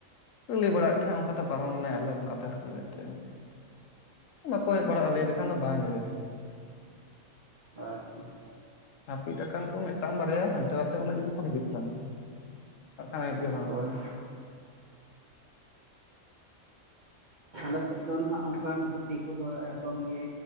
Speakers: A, on the left (about 70°); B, on the right (about 50°).
A: ᱞᱟᱹᱭ ᱵᱟᱲᱟᱭᱮᱫ ᱛᱟᱦᱮᱸᱜ ᱚᱱᱠᱟᱛᱮ ᱯᱟᱨᱚᱢ ᱞᱮᱱᱟᱭ ᱟᱞᱮ ᱚᱱᱠᱟᱛᱮ ᱟᱨᱠᱤ ᱢᱤᱫᱴᱮᱱ ᱾ ᱠᱚ ᱦᱮᱡ ᱵᱟᱲᱟᱜᱼᱟ ᱞᱟᱹᱭ ᱞᱮᱠᱷᱟᱱ ᱫᱚ ᱵᱟᱝ ᱜᱮ ᱾
B: ᱟᱪᱪᱷᱟ ᱾
A: ᱦᱟᱹᱯᱤᱫ ᱟᱠᱟᱱ ᱠᱚ ᱢᱤᱫᱴᱟᱝ ᱵᱟᱨᱭᱟ ᱦᱟᱱᱛᱮ ᱱᱟᱛᱮ ᱠᱷᱚᱱᱟᱜ ᱡᱩᱫᱤ ᱠᱚ ᱦᱤᱡᱩᱜ ᱠᱷᱟᱱ ᱵᱟᱠᱷᱟᱱ ᱦᱮᱡ ᱜᱮ ᱵᱟᱝ
B: ᱦᱳᱭ
A: ᱾
B: ᱟᱞᱮ ᱥᱮᱫ ᱫᱚ ᱱᱟᱦᱟᱜ ᱟᱱᱠᱟᱱ ᱦᱟᱹᱛᱤ ᱠᱚᱫᱚ ᱮᱠᱫᱚᱢ ᱜᱮ